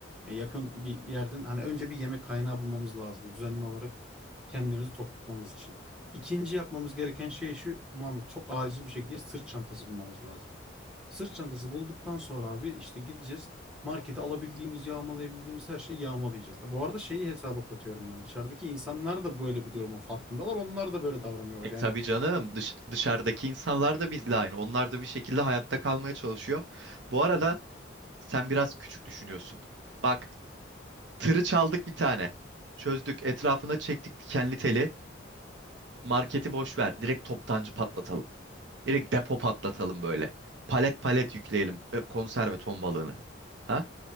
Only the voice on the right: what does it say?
E,
tabii canım. Dış, dışarıdaki insanlar da bizle aynı. Onlar da bir şekilde hayatta kalmaya çalışıyor. Bu arada sen biraz küçük düşünüyorsun. Bak Tırı çaldık bir tane. Çözdük. Etrafına çektik dikenli teli. Marketi boş ver. Direkt toptancı patlatalım. Direkt depo patlatalım böyle. Palet palet yükleyelim. Ö, Konserve ton balığını. Ha?